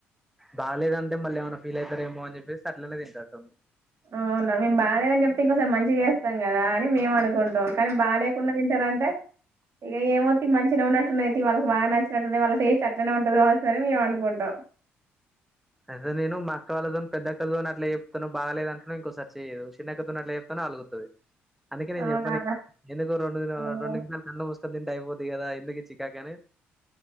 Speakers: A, in the centre; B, on the right (about 45°).
A: బాలేదంటే మళ్ళీ ఏమైనా ఫీల్ అవుతారేమో అని చెప్పేసి అట్లనే తంటారుంది
B: అవునా మేము బాగాలేదని చెప్తే ఇంకోసారి మంచిగా చేస్తాం కదా అని మేము అనుకుంటాం కానీ బాగాలేకుండా తింటారంటే ఇక ఏమవుతి మంచిగా ఉన్నట్టుండయి వాళ్ళకి బాగా నచ్చినట్టుండ వాళ్ళ టేస్ట్ ఎట్లనే ఉంటది కాస అని మేము అనుకుంటాం
A: అదతే నేను మా అక్క వాళ్ళతోని పెద్దక్కతోోని అట్లా చెప్తాను బాగలేదు అంటున్నా ఇంకో సర్చ్ చేయదు చిన్నక్కతోని అట్లా చెప్తానో అలుగుతుంది అందుకే నేను
B: అవునా
A: చెప్పను ఎందుకు రెండు
B: ఓ.
A: రెండు నిమిషాలు క చ దంట్ అయిపోోద్దిద ఎందుకు చికాకనే